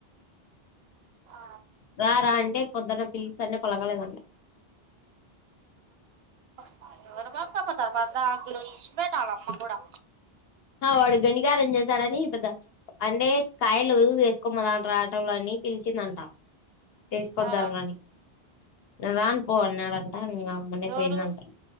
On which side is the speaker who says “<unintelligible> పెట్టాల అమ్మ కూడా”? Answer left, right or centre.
Right